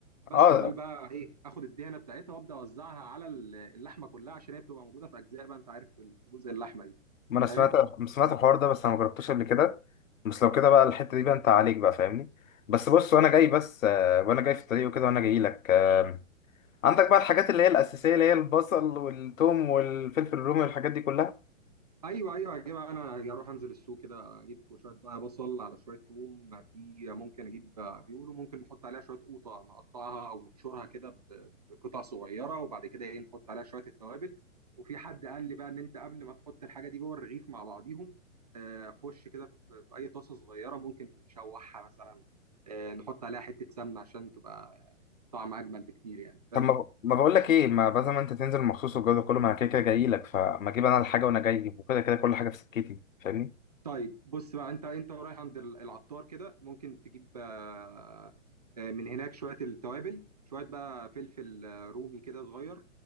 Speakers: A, on the right; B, on the left.
A: بس
B: اه
A: عبال بقى ايه اخد الدهنه بتاعتها وابدا اوزعها على اللحمه كلها عشان هي بتبقى موجوده في اجزاء بقى انت عارف في جزء اللحمه دي
B: ما انا سمعت
A: فاهم
B: سمعت الحوار ده بس انا ما جربتوش قبل كده بس لو كده بقى الحتة دي بقى انت عليك بقى فاهمني بس بص وانا جاي بس آه، وانا جاي في الطريق وكده وانا جاي لك آم، عندك بقى الحاجات اللي هي الأساسية اللي هي البصل والثوم والفلفل الرومي والحاجات دي كلها
A: ايوه ايوه هجيب انا اروح انزل السوق كده اجيب شويه بقى بصل على شويه توم في ممكن اجيب بيقولوا ممكن نحط عليها شويه قوطه نقطعها او نبشرها كده ب- بقطع صغيره وبعد كده ايه نحط عليها شويه التوابل وفي حد قال لي بقى ان انت قبل ما تحط الحاجه دي جوه الرغيف مع بعضيهم آه، خش كده في في اي طاسه صغيره ممكن نشوحها مثلا آه، نحط عليها حته سمنه عشان تبقى طعم اجمل بكتير يعني فاهم
B: طب ما ما بقول لك ايه ما بدل ما انت تنزل مخصوص والجو ده كله ما انا كده كده جاي لك فما اجيب انا الحاجه وانا جاي وكده كده كل حاجه في سكتي فاهمني
A: طيب بص بقى انت انت رايح عند ال- العطار كده ممكن تجيب آه، آه، من هناك شويه التوابل شويه بقى فلفل آه، رومي كده صغير